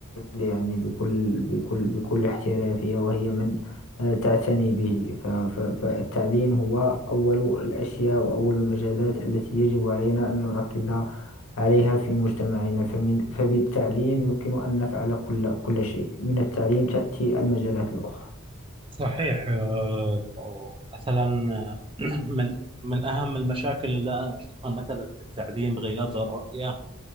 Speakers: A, on the left; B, on the right.
A: يعني بكل بكل بكل احترافية وهي من آه، تعتني به ف- ف- فالتعليم هو أول الأشياء وأول المجالات التي يجب علينا أن نركز عليها في مجتمعنا فمن فبالتعليم يمكن أن نفعل كل كل شيء من التعليم تأتي المجالات الأخرى
B: صحيح آه، مثلا <clears throat> من من أهم المشاكل اللي أنا أشوفها مثلا في التعليم غياب الرؤية